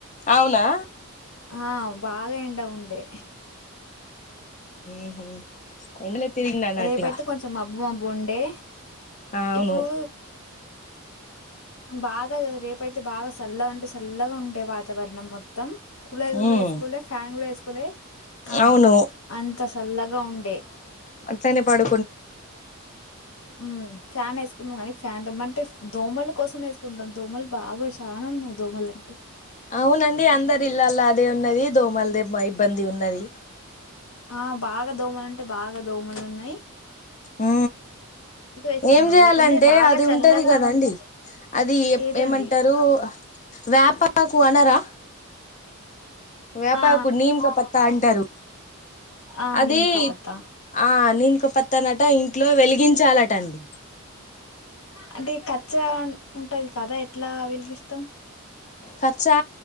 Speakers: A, on the left; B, on the left.
A: అవునా
B: ఆ బాగా ఎండ ఉంది అంటే
A: ఉహు ఎండలో తిరిగిండు అన్నట్టుగా
B: రేపుయితే కొంచెం మబ్బు మబ్బు ఉండే
A: అవును
B: ఇప్పుడు బాగా రేపయితే బాగా చల్లగా ఉంటాే చల్లగా ఉంటే వాతావరణం మొత్తం మత్తం కుల
A: ఉమ్
B: వేసుకోలే ఫ్యాన్ కూడా వేసుకోలే ఆ
A: అవును
B: అంత చల్లగా ఉండే
A: తని పాడు
B: ఉ ఫ్యాన్ వేసుకుంటాం కానీ ఫ్యాన్ అంటే దోమలు కోసం వేసుకుంటాం దోమలు బాగా చా ఉన్నాయి దోమలు అంటే
A: అవునండి అందరి ఇల్లా అది ఉది దో మల్ ద మబ్బంది ఉది
B: ఆ బాగా దోమ అంట అంటే బాగా దోమలు ఉన్నాయి
A: ఉ
B: ఏసుకున్నాం.
A: ఏం చేయాలంటే
B: లేకుంటే బాగా
A: అది
B: చల్లగా
A: ఉంటది కదండి
B: ఉన్
A: అది
B: ఏదండి?
A: ఏమంటారు వేపాకు అనరా వ్యాపారకు
B: ఆ!
A: నిీంక పత్తా అంటారు
B: ఆ! ఆ!
A: అదే
B: నీమ్ కా పత్తా.
A: ఆ ని ఇక పత్తనట ఇంట్లో వెలిగించాలటండి
B: అంటే కచ్చ ఉంటది కదా ఎట్లా వెలిగిస్తాం
A: కచ్చా